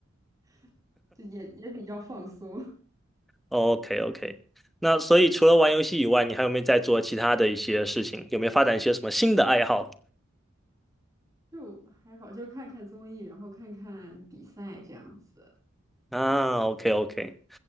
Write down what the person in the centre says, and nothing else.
OK OK，那所以除了玩游戏以外，你还有没有在做其他的一些事情？有没有发展一些什么新的爱好
啊？OK OK。